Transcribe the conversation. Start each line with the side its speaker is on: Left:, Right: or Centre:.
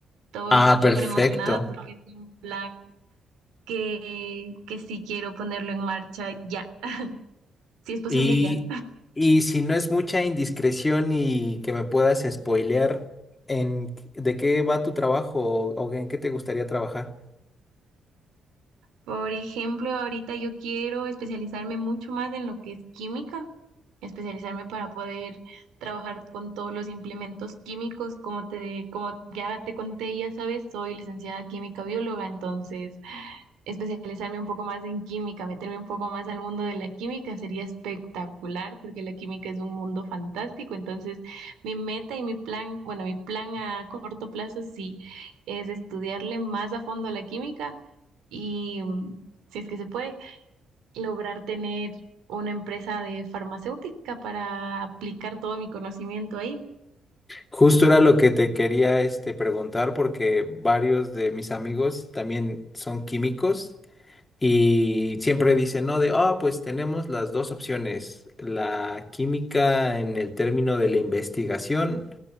Right: Estoy
Left: Ah, perfecto.
Right: súper emocionada porque es un plan que, que sí quiero ponerlo en marcha ya, <laughs> si es posible
Left: Y,
Right: ya.
Left: y si no es mucha indiscreción y que me puedas spoilear en de qué va tu trabajo o, o en qué te gustaría trabajar.
Right: Por ejemplo, ahorita yo quiero especializarme mucho más en lo que es química, especializarme para poder trabajar con todos los implementos químicos, como te, como ya te conté, ya sabes, soy licenciada química bióloga, entonces especializarme un poco más en química, meterme un poco más al mundo de la química, sería espectacular porque la química es un mundo fantástico. Entonces, mi meta y mi plan, bueno, mi plan a corto plazo sí es estudiarle más a fondo a la química y, mm, si es que se puede, lograr tener una empresa de farmacéutica para aplicar todo mi conocimiento ahí.
Left: Justo era lo que te quería este, preguntar porque varios de mis amigos también son químicos y siempre dicen, no, de, ah, pues tenemos las dos opciones, la química en el término de la investigación